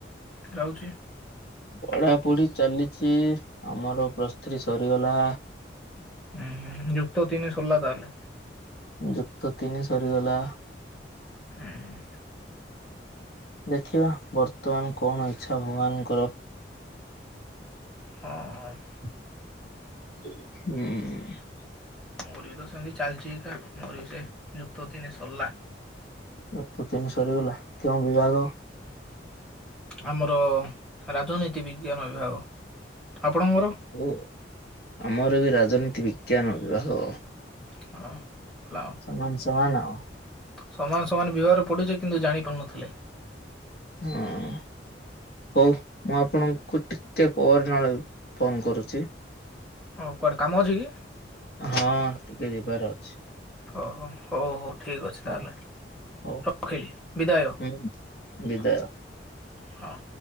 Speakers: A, in the centre; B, on the left (about 55°).
A: ଯାଉଚି?
B: ପଢାପଢି ଚାଲିଚି ଆମର ପ୍ଲସଥ୍ରୀ ସରିଗଲା।
A: ଉଁ ହୁଁ ଯୁକ୍ତ ତିନି ସରିଲା ତାହେଲେ?
B: ଯୁକ୍ତ ତିନି ସରିଗଲା।
A: ହୁଁ ହୁଁ।
B: ଦେଖିବା ବର୍ତ୍ତମାନ କଣ ଇଚ୍ଛା ଭଗବାନଙ୍କର?
A: ଉଁ ହୁଁ।
B: ହୁଁ।
A: ମୋର ବି ତ ସେମିତି ଚାଲିଛି ଏକା ମୋର ବି ସେଇ ଯୁକ୍ତତିନି ସରିଲା।
B: ଯୁକ୍ତ ତିନି ସରିଗଲା କେଉଁ ବିଭାଗ?
A: ଆମର ରାଜନୀତି ବିଜ୍ଞାନ ବିଭାଗ ଆପଣଙ୍କର?
B: ଓହ୍ ଆମର ବି ରାଜନୀତି ବିଜ୍ଞାନ ବିଭାଗ।
A: <unintelligible>
B: ସମାନ୍ ସମାନ୍ ଆଉ।
A: ସମାନ ସମାନ ବିଭାଗରେ ପଢୁଚେ କିନ୍ତୁ ଜାଣିପାରୁନଥିଲେ।
B: ହଁ ହଉ ମୁଁ ଆପଣଙ୍କୁ ଟିକେ ପରେ ନହେଲେ ଫୋନ୍ କରୁଚି।
A: ହଁ କୁଆଡେ କାମ ଅଛି କି?
B: ହଁ ଟିକେ ଯିବାର ଅଛି।
A: ଓହୋ ହଉ ହଉ। ଠିକ ଅଛି ତାହେଲେ
B: ହଁ ହଉ
A: ରଖିଲି ବିଦାୟ
B: ହୁଁ ବିଦାୟ।
A: ହଁ।